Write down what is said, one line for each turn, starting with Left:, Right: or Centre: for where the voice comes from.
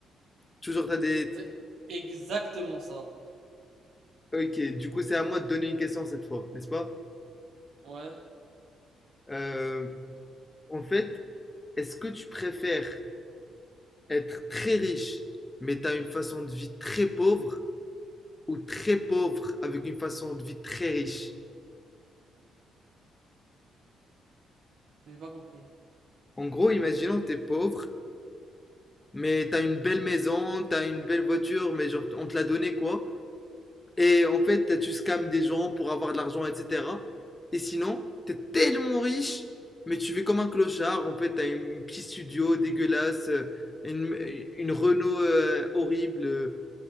Left: Toujours, t'as des.
Right: C'est exactement ça.
Left: Ok, du coup, c'est à moi de donner une question cette fois, n'est-ce pas?
Right: Ouais,
Left: Euh, en fait, est-ce que tu préfères être très riche, mais t'as une façon de vie très pauvre, ou très pauvre avec une façon de vie très riche?
Right: mais j'ai pas compris.
Left: En gros, imaginons t'es pauvre, mais t'as une belle maison, t'as une belle voiture, mais genre on te l'a donnée quoi. Et en fait, tu scams des gens pour avoir de l'argent, etc. Et sinon, t'es tellement riche, mais tu vis comme un clochard. En fait, t'as une petite studio dégueulasse, euh, une, une Renault euh, horrible. euh.